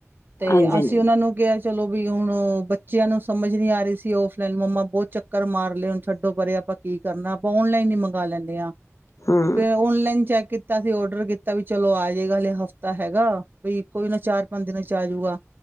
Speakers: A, on the right; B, on the left.
A: ਤੇ
B: ਹਾਂਜੀ
A: ਅਸੀ
B: ਹਾਂਜੀ
A: ਓਨਾਂ ਨੂੰ ਕੇਆ ਚਲੋ ਵੀ ਹੁਣ ਓ ਬੱਚੇਆ ਨੂੰ ਸਮਝ ਨੀ ਆ ਰਈ ਸੀ ਔਫਲਾਈਨ, ਮੰਮਾ ਬੋ ਚੱਕਰ ਮਾਰ ਲੈ ਹੁਨ ਛੱਡੋ ਪਰੇ ਆਪਾ ਕੀ ਕਰਨਾ, ਆਪਾ ਓਨਲਾਈਨ ਈ ਮੰਗਾ ਲੈਂਦੇ ਆਂ,
B: ਹੂੰ,
A: ਫੇਰ ਓਨਲਾਈਨ ਚੈੱਕ ਕੀ ਕੀਤਾ ਸੀ ਔਡਰ ਕੀਤਾ ਵੀ ਚਲੋ ਆ ਜੇਗਾ, ਹਲੇ ਹਫ਼ਤਾ ਹੈਗਾ ਵਈ ਕੋਈ ਨਾ ਚਾਰ-ਪੰਜ ਦਿਨਾਂ ਚ ਆਜੂਗਾ